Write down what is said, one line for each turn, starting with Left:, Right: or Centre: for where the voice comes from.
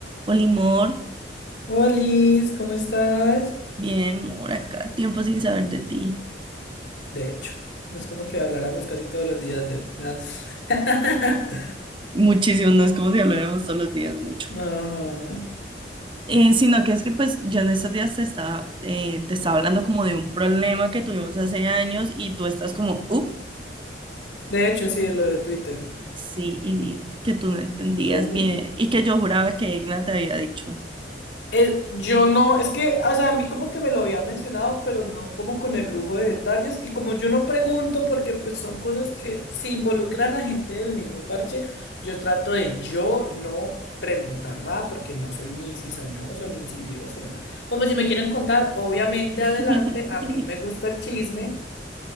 Right: Olimor,
Left: Hola, Liz, ¿cómo estás?
Right: bien, Mor, acá, tiempo sin saber de ti.
Left: De hecho, no es como que habláramos casi todos los días de... me has- <laughs>
Right: Muchísimo, no es como si habláramos todos los días mucho.
Left: Ajá.
Right: Eh, sino que es que pues yo en estos días te estaba, eh, te estaba hablando como de un problema que tuvimos hace años y tú estás como, uh,
Left: De hecho, sí, lo de Twitter.
Right: sí, y que tú no entendías
Left: Uh.
Right: bien y que yo juraba que Igna te había dicho.
Left: Eh, yo no, es que, o sea, a mí como que me lo había mencionado, pero no como con el lujo de detalles. Y como yo no pregunto, porque pues son cosas que se involucran a gente del mismo parche, yo trato de yo no preguntar nada, porque no soy ni cizañoso, ni insidioso, ni nada. Pues, pues si me quieren contar, obviamente
Right: <laughs>
Left: adelante, a mí me gusta el chisme.